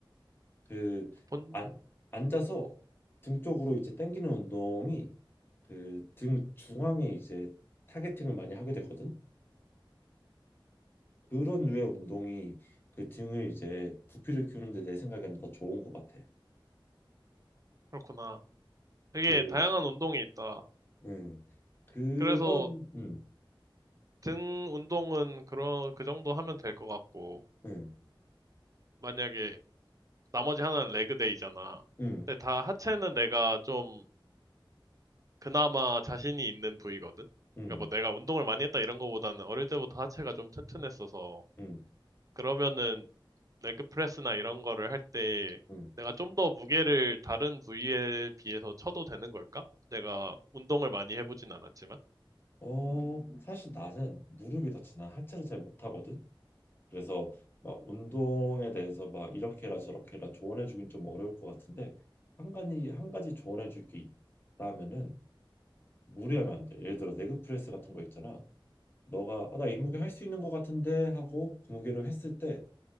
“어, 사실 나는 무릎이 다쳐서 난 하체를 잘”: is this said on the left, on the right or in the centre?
Left